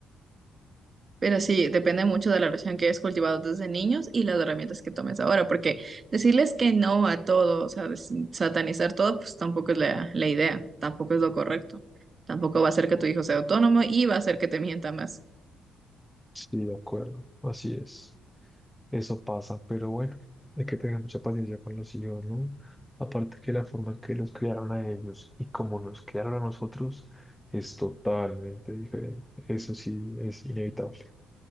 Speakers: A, on the right; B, in the centre.
A: Pero sí, depende mucho de la relación que hayas cultivado desde niños y las herramientas que tomes ahora, porque decirles que no a todo, o sea, des- satanizar todo, pues tampoco es la, la idea, tampoco es lo correcto, tampoco va a hacer que tu hijo sea autónomo y va a hacer que te mienta más.
B: Sí, de acuerdo, así es. Eso pasa, pero bueno, hay que tener mucha paciencia con los hijos, ¿no? Aparte que la forma en que los criaron a ellos y como nos criaron a nosotros es totalmente diferente. Eso sí es inevitable.